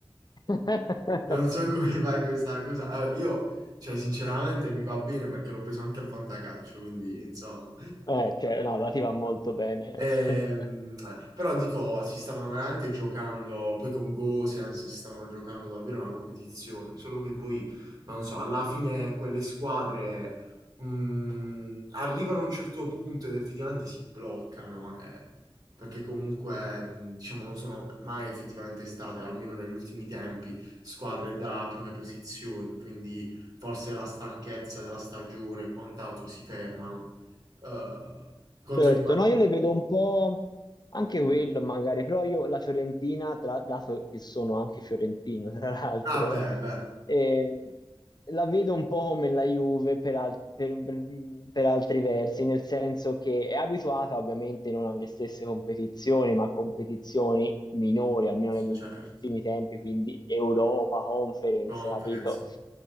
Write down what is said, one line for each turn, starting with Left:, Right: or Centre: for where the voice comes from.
Left: <laughs>
Right: Non so come vai questa cosa. Allora, io, cioè, sinceramente mi va bene perché l'ho preso anche al fantacalcio, quindi insomma.
Left: Eh, cioè, no, la ti va molto bene.
Right: Ehm,
Left: <laughs>
Right: però dico, si stavano veramente giocando, poi con Gosens si stavano giocando davvero una competizione, solo che poi, non so, alla fine quelle squadre mh, arrivano a un certo punto ed effettivamente si bloccano, eh, perché comunque, mh, diciamo, non sono mai effettivamente state, almeno negli ultimi tempi, squadre da prime posizioni, quindi forse la stanchezza della stagione e quant'altro si fermano. Eh, quanto
Left: Certo,
Right: riguarda...
Left: no, io le vedo un po' anche quello magari, però io la Fiorentina, tra- dato che sono anche fiorentino, tra l'altro,
Right: Ah beh, beh,
Left: ehm, la vedo un po' come la Juve per, al- per- per- per altri versi, nel senso che è abituata ovviamente non alle stesse competizioni, ma a competizioni minori, almeno negli ultimi
Right: certo,
Left: tempi, quindi Europa, Conference,
Right: conference.
Left: capito?
Right: sì.